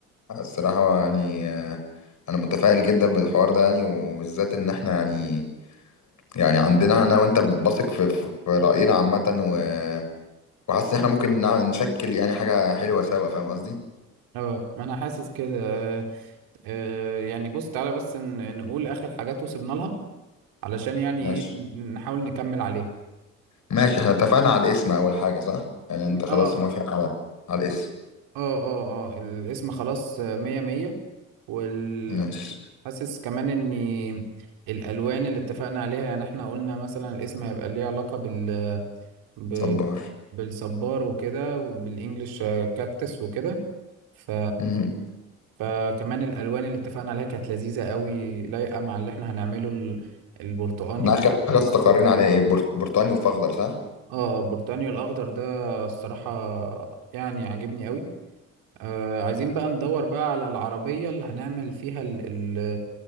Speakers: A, on the left; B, on the right.
A: الصراحة يعني آه، أنا متفائل جدا بالحوار ده يعني وبالذات إن إحنا يعني يعني عندنا أنا وأنت بثق في, في في رأينا عامة و- وحاسس إن إحنا ممكن نع- نشكل يعني حاجة حلوة سوا فاهم قصدي؟
B: اه ما انا حاسس كده آه، آه، يعني بص تعالى بس ن- نقول اخر حاجات وصلنا لها علشان يعني
A: ماشي
B: ايه ن- نحاول نكمل عليها
A: ماشي
B: عشان
A: إحنا اتفقنا على الاسم أول حاجة صح؟ يعني أنت خلاص
B: اه
A: موافق على على الاسم
B: اه اه اه الاسم خلاص آه، مية مية وال
A: ماشي
B: حاسس كمان ان الالوان اللي اتفقنا عليها يعني احنا قلنا مثلا الاسم هيبقى ليه علاقة بال ب...
A: صبار
B: بالصبار وكده وبالانجلش آه، كاكتس وكده ف...
A: مم.
B: فكمان الالوان اللي اتفقنا عليها كانت لذيذة قوي لايقة مع اللي احنا هنعمله ال... البرتقاني
A: إحنا آخر حاجة
B: والاخضر
A: استقرينا عليها إيه؟ بر- برتقاني وفخضر صح؟
B: اه البرتقاني والاخضر ده الصراحة يعني عاجبني قوي آه عايزين بقى ندور بقى على العربية اللي هنعمل فيها ال ال